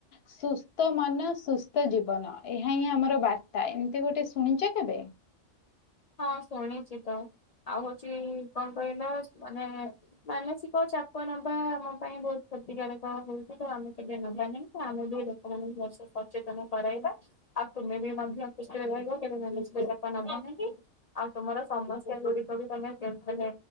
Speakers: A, on the left; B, on the left.
A: ସୁସ୍ଥ ମନ ସୁସ୍ଥ ସ୍ଥ ଜୀବନ ଏହା ହିଁ ଆମର ବାର୍ତ୍ତା ଏମିତି ଗୋଟେ ଶୁଣିଛ କେବେ?
B: ହଁ ଶୁଣିଛି ତ ଆଉ ହଉଛି କଣ କହିବା ମାନେ ମାନସିକ ଅଛି ଚାପ ନବା ଆମ ପାଇଁ ବହୁତ କ୍ଷତିକାରକ ହଉଛି ତ ଆମେ କେବେ ନବା ନାହିଁ ତ ଆମେ ବି ଲୋକମାନଙ୍କୁ ବହୁ ସଚେତନ କରାଇବା ଆଉ ତୁମେ ବି ମଧ୍ୟ ଖୁସିରେ ରହିବ କେବେ ମାନସିକ ଚାପ ନବନାହିଁ। ଆଉ ତମର ସମସ୍ୟା ଗୁଡିକ ବି ତମେ କେବ ମାନେ